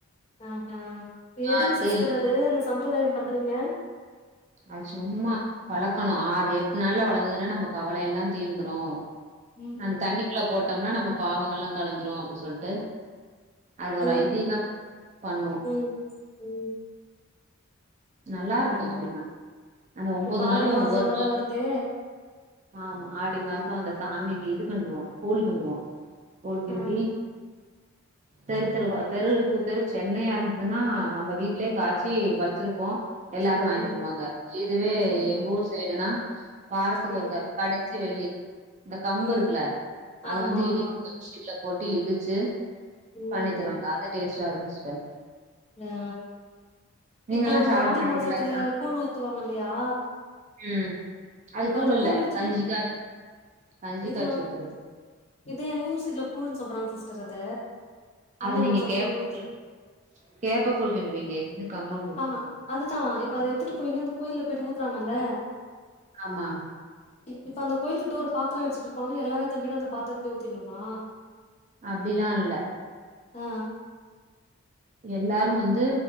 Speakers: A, on the left; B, on the right.
A: ஆஹ எதுங்
B: ஆத்து
A: சிஸ்டர்
B: இல்ல
A: அது அந்த சம்ரதாய பண்றீங்க
B: அது சும்மா வளக்கணு ஆறு எட் நாள்ல வளந்ததுன்னா நம்ம கவல எல்லா தீந்துரு
A: ம்
B: அந்த தண்ணிக்குள்ள போட்டோம்னா நம்ம பாவங்கள்ல்லா களஞ்சிரு அப்டின் சொல்ட்டு அது ஒரு
A: ம்
B: ஐதீகம் பண்ணுவோ
A: ம் ம்
B: நல்லார்க்கு
A: ம்
B: அப்டி பண் அந்த ஒம்பது
A: இப்ப
B: நாளு
A: ஆடி மாசோ
B: ஒவ்வொரு
A: வேற
B: வீக்
A: வருது
B: ஆமா ஆடி மாச அந்த சாமிக்கு இது கிண்டுவோ கூழ் கிண்டுவோ கூழ் கிண்டி
A: ஆ
B: தெரு தெருவா தெருக்கு தெரு சென்னையா இருந்ததுன்னா நம்ம வீட்லயே காச்சி வச்சிருப் போ எல்லாரு வாங்ட்டு
A: ம்
B: போவாங்க இதுவே
A: ம்
B: எங்க ஊர் சைடுனா வாரத்துக்கு
A: ம்
B: ஒருக்க கடசி வெள்ளி இந்த கம்பு
A: ம்
B: இருக்குல அத
A: ஆமா
B: வந்து
A: ஆமா
B: இடி <unintelligible> போட்டு இடிச்சி
A: ம்
B: பண்ணி தருவாங்க அத டேஸ்ட்டா இருக்கு சிஸ்டர்
A: ஆ
B: நீங்கல்லா
A: இப்போ அந்த
B: சாப்ட
A: ஆடி
B: மாட்டீங்களா
A: மாசத்துல
B: சா
A: கூழ் ஊத்துவாங்க இல்லையா
B: ம் அது
A: இப்ப
B: கூழ்
A: அந்த
B: இல்ல
A: எடுத்துட்டு
B: கஞ்சி காய்ச் கஞ்சி
A: இது
B: காச்சி ஊத்றது
A: இது எங்க ஊர் சைட்ல கூழ்ன் சொல்றாங்க சிஸ்டர் அத
B: அது
A: ஆடி
B: நீங்க
A: மாசோ
B: கேப்
A: கூழ் ஊத்துறாங்க
B: ல்ல கேப்ப கூழ் கிண்டுவிங்க இது வந்து கம்மங்கூ
A: அ அதுதா இப்ப அத எத்துட்டு போய்லா கோயில்ல போயிட்டு ஊத்தறாங்கல்ல
B: ஆமா
A: இப்ப அந்த கோயில்கிட்ட ஒரு பாத்ர வச்சுட்டு இருப்பாங்க எல்லாரு எத்துன் போயிட்டு அந்த பாத்ரத்திலயே ஊத்திணுமா
B: அப்டிலா இல்ல
A: ஆ
B: எல்லாரு வந்து